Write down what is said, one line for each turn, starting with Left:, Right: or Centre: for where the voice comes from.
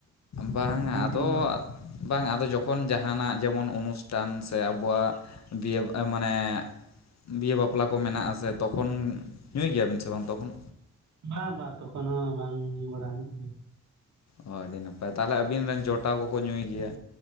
Left: ᱵᱟᱝ-ᱟ
Right: ᱧᱩ
Left: ᱟᱫᱚ
Right: ᱡᱚᱢ ᱵᱟᱲᱟ
Left: ᱵᱟᱝ ᱟᱫᱚ ᱡᱚᱠᱷᱚᱱ ᱡᱟᱦᱟᱸᱱᱟᱜ ᱡᱮᱢᱚᱱ ᱚᱱᱩᱥᱴᱷᱟᱱ ᱥᱮ ᱟᱵᱚᱣᱟᱜ ᱵᱤ <unintelligible> ᱢᱟᱱᱮ ᱵᱤᱦᱟᱹ ᱵᱟᱯᱞᱟ ᱠᱚ ᱢᱮᱱᱟᱜᱼᱟ ᱥᱮ ᱛᱚᱠᱷᱚᱱ ᱧᱩᱭ ᱜᱮᱭᱟᱵᱤᱱ ᱥᱮ ᱵᱟᱝ ᱛᱚᱠᱷᱚᱱ?
Right: ᱵᱟᱝ ᱵᱟᱝ ᱛᱚᱠᱷᱚᱱ ᱦᱚᱸ ᱵᱟᱝ ᱧᱩᱵᱟᱲᱟ ᱦᱩᱭᱩᱜ ᱜᱮᱭᱟ᱾
Left: ᱚ ᱟᱹᱰᱤ ᱱᱟᱯᱟᱭ ᱛᱟᱦᱚᱞᱮ ᱟᱹᱵᱤᱱ ᱨᱮᱱ ᱡᱚᱴᱟᱣ ᱠᱚᱠᱚ ᱧᱩᱭ ᱜᱮᱭᱟ᱾